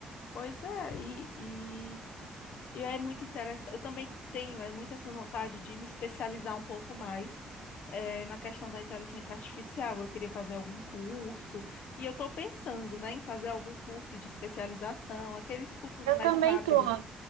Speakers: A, on the left (about 65°); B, on the right (about 85°).
A: Pois é, e, e, e é muito interessante. Eu também tenho é, muito essa vontade de me especializar um pouco mais eh, na questão da inteligência artificial. Eu queria fazer algum curso, e eu estou pensando, né, em fazer algum curso de especialização, aqueles cursos
B: Eu
A: mais
B: também
A: rápidos.
B: tô.